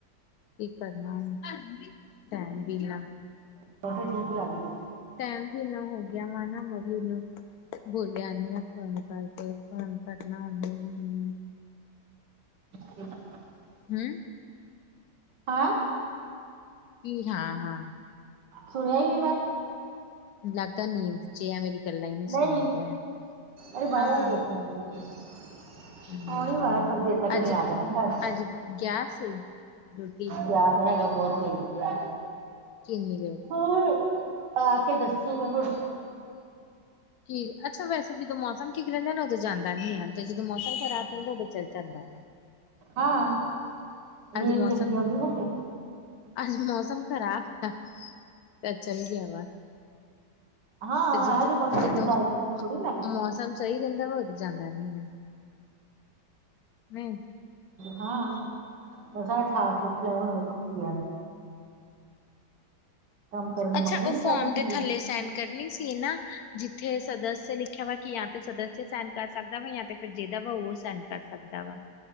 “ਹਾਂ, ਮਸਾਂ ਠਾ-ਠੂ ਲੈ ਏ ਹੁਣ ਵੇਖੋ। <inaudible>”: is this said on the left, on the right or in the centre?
Right